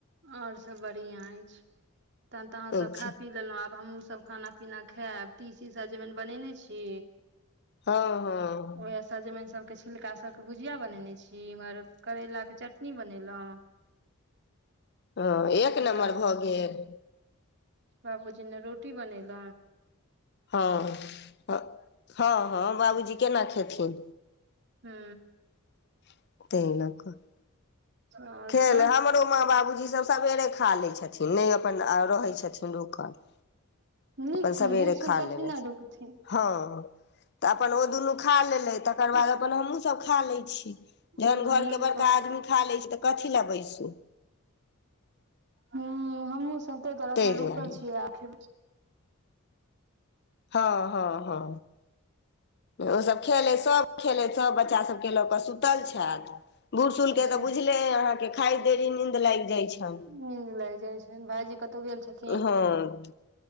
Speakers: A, on the right; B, on the left.
A: और सभ बढ़िया अछि तब तऽ अहाँसभ
B: अच्छा
A: खा पी लेलहुँ आब हमहूँसभ खाना पीना खायब तीशी सजमेन बनेने छी
B: हँ हँ
A: ओएह सजमन सभके छिलका सबके भुजिया बनेने छी इम्हर करेला के चटनी बनेलो
B: हँ एक नम्बर
A: ने
B: भऽ गेल
A: बाबूजी ने रोटी बनेल
B: हँ ह हँ हँ बाबूजी केना खेथिन
A: हू
B: <unintelligible>
A: आओर
B: खेल
A: सब
B: हमरो माँ बाबूजीसभ सवेरे खा लै छथिन नहि अपन रहै छथिन रुकल
A: नीक
B: अपन
A: छै
B: सवेरे
A: ने बूढ़ सूढ़
B: खा
A: कथि
B: लेलथि
A: ल रुकथिन
B: हँ तऽ अपन ओ दुनू खा लेलै तकर बाद अपन हमूँसभ खा लै छी जहन
A: हूं
B: घरके बड़का आदमी खा लै छी तऽ कथी लए बैसू
A: ह हमहुँ सब ते दुआरे
B: ताहि
A: अखेन
B: दुआरे
A: रुकल छियै <unintelligible>
B: हँ हँ हँ ओसभ खेलैत सभ खेलैत सभ बच्चा सभके लऽ कऽ सुतल छथि बूढ़सूढ़
A: अच्छा
B: के तऽ बुझले ए अहाँके खाय देरी नीन्द लागि जाइत छनि
A: निंद लाग जाय छ भायजी कतौ गेल छथिन
B: हँ